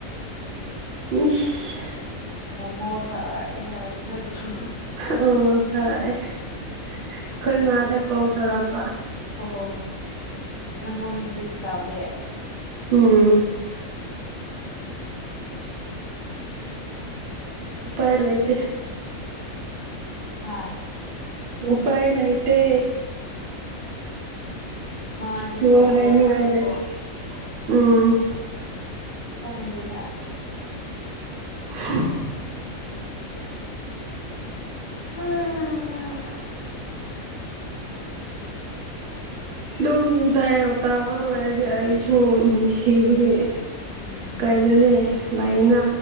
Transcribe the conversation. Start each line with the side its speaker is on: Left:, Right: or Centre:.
Right: ꯏꯁꯁ꯫
Left: ꯃꯣꯃꯣ ꯊꯥꯔꯛꯑꯦ ꯍꯥꯏꯕ ꯅꯠꯇ꯭ꯔꯣ
Right: ꯎꯝ ꯊꯥꯔꯛꯑꯦ ꯑꯩꯈꯣꯏ ꯃꯥꯗ ꯀꯣꯜ ꯇꯧꯔꯛꯄ
Left: ꯑꯣ ꯅꯡꯉꯣꯟꯗ ꯇꯧꯗꯦ
Right: ꯎꯝ ꯎꯄꯥꯏ ꯂꯩꯇꯦ
Left: ꯍꯥꯥ
Right: ꯎꯄꯥꯏ ꯂꯩꯥꯇꯦ
Left: ꯃꯥꯗꯤ ꯇꯣꯛꯑꯔꯣꯏ
Right: ꯋꯥ ꯍꯥꯏꯅꯤꯡꯉꯥꯏ
Left: ꯍꯥꯏꯕꯀꯣ
Right: ꯂꯩꯇꯦ ꯎꯝ
Left: ꯈꯪꯗꯦꯗ
Right: <unintelligible>
Left: <unintelligible> <unintelligible>
Right: ꯑꯗꯨꯝ ꯇꯥꯏꯌꯦ ꯇꯥꯎꯔꯒ ꯂꯩꯔꯗꯤ ꯑꯩꯁꯨ ꯅꯨꯡꯁꯤꯕꯒꯤ
Left: ꯎꯝ
Right: ꯀꯩꯅꯣꯅꯦ ꯂꯩꯌꯦꯅꯥ